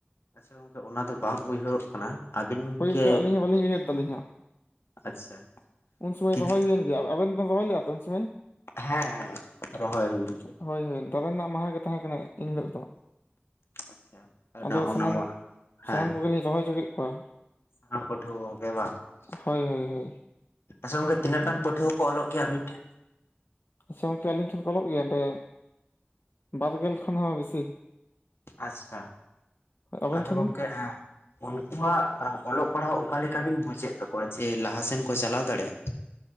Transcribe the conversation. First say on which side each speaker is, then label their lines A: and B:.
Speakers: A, on the left; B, on the left.
A: ᱟᱪᱪᱷᱟ ᱜᱚᱝᱠᱮ ᱚᱱᱟ ᱫᱚ ᱵᱟᱝ ᱩᱭᱦᱟᱹᱨᱚᱜ ᱠᱟᱱᱟ, ᱟᱹᱵᱤᱱ
B: ᱦᱳᱭ
A: ᱜᱮ
B: ᱜᱚᱢᱠᱮ ᱟᱹᱞᱤᱧ ᱦᱚᱸ ᱵᱟᱹᱞᱤᱧ ᱩᱭᱦᱟᱹᱨ ᱫᱟᱞᱤᱧ ᱦᱟᱸᱜ
A: ᱟᱪᱪᱷᱟ
B: ᱩᱱ ᱥᱩᱢᱟᱹᱭ
A: ᱠᱤᱱ
B: ᱨᱚᱦᱚᱭ ᱦᱩᱭ ᱮᱱ, ᱟᱵᱮᱱ ᱫᱚᱵᱤᱱ ᱨᱚᱦᱚᱭ ᱞᱮᱫᱟ ᱛᱚ ᱩᱱ ᱥᱩᱢᱟᱹᱭ
A: ᱦᱮᱸ ᱨᱚᱦᱚᱭ <unintelligible>
B: ᱦᱳᱭ ᱦᱳᱭ ᱫᱟᱨᱮ ᱨᱮᱱᱟᱜ ᱢᱟᱦᱟ ᱜᱮ ᱛᱟᱦᱮᱸ ᱠᱟᱱᱟ ᱤᱱ ᱦᱤᱞᱳᱜ ᱫᱚ,
A: ᱟᱪᱪᱷᱟ ᱚᱱᱟ
B: ᱟᱫᱚ
A: ᱚᱱᱟ
B: ᱥᱟᱱᱟᱢ
A: ᱢᱟ ᱦᱮᱸ
B: ᱥᱟᱱᱟᱢ ᱠᱚᱜᱮᱞᱤᱧ ᱨᱚᱦᱚᱭ ᱦᱚᱪᱚ ᱠᱮᱫ ᱠᱚᱣᱟ,
A: <unintelligible>
B: ᱦᱳᱭ ᱦᱳᱭ ᱦᱳᱭ,
A: ᱟᱪᱪᱷᱟ ᱜᱚᱝᱠᱮ ᱛᱤᱱᱟᱹᱜ
B: ᱦᱳᱭ
A: ᱜᱟᱱ ᱯᱟᱹᱴᱷᱩᱣᱟᱹ ᱠᱚ ᱚᱞᱚᱜ ᱜᱮᱭᱟ ᱟᱵᱤᱱ ᱴᱷᱮᱱ?
B: ᱥᱮ ᱜᱚᱢᱠᱮ ᱟᱞᱤᱧ ᱴᱷᱮᱱ ᱠᱚ ᱚᱞᱚᱜ ᱜᱮᱭᱟ ᱰᱮ, ᱵᱟᱨᱜᱮᱞ ᱠᱷᱚᱱ ᱦᱚᱸ ᱵᱤᱥᱤ,
A: ᱟᱥᱪᱷᱟ
B: ᱟᱵᱮᱱ
A: ᱟᱫᱚ
B: ᱴᱷᱮᱱ
A: ᱜᱚᱢᱠᱮ ᱦᱮᱸ ᱩᱱᱠᱩᱣᱟᱜ ᱚᱞᱚᱜ ᱯᱟᱲᱦᱟᱜ ᱚᱠᱟ ᱞᱮᱠᱟᱵᱤᱱ ᱵᱩᱡᱮᱫ ᱛᱟᱠᱚᱣᱟ ᱡᱮ ᱞᱟᱦᱟ ᱥᱮᱫ ᱠᱚ ᱪᱟᱞᱟᱣ ᱫᱟᱲᱮᱭᱟᱜᱼᱟ,